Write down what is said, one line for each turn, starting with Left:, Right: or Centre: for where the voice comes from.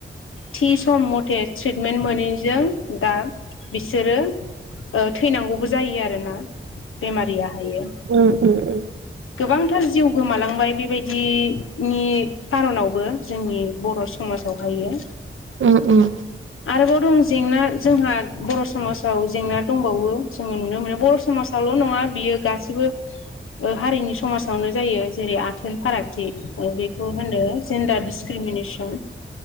Left: थि सम मथे थ्रिटमेन्ट मोनैजों दा बिसोरो ओ थैनांगौबो जायो आरोना बेमारिया हायो।
Right: उम उम उम।
Left: गोबांथार जिउ गोमालां बाय बेबायदिनि कार'नावबो जोंनि बर' समाजावहायो।
Right: उम उम।
Left: आरोबाव दं जेंना जोंहा बर' समाजाव जेंना दंबावो जोङो नुनो मोनो बर' समाज समासावल' नङा बियो गासिबो ओ हारिनि समासावनो जायो। जेरै आथोन फारागथि बेखौ होनदो जेन्डार डिसक्रिमिनेसन।